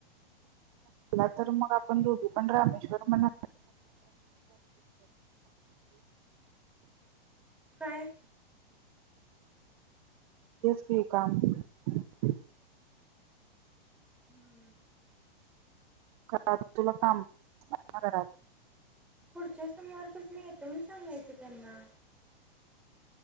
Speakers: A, on the right; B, in the centre.
A: ला तर मग आपण दोघी पण रामेश्वर म्ह
B: काय
A: ठी का आहे
B: हम्म
A: कात तुला कामात
B: पुढच्या सोमवार पासनं येतो म्हणून सांगायचं त्यांना.